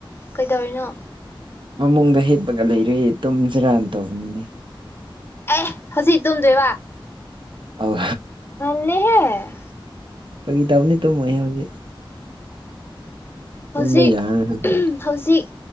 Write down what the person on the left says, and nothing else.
ꯀꯩꯗꯧꯔꯤꯅꯣ
ꯑꯦ ꯍꯧꯖꯤꯛ ꯇꯨꯝꯗꯣꯏꯕ
ꯅꯍꯦ
ꯍꯧꯖꯤꯛ
ꯍꯧꯖꯤꯛ